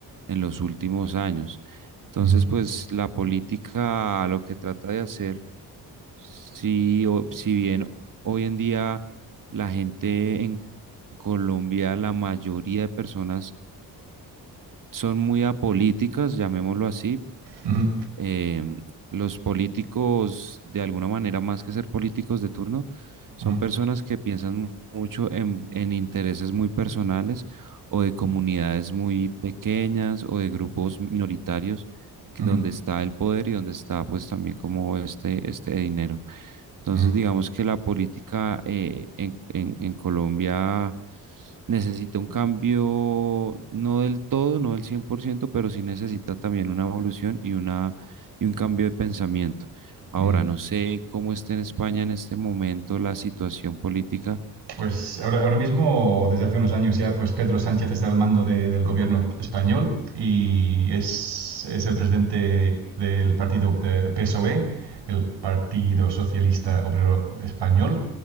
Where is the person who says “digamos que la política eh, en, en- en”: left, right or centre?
Right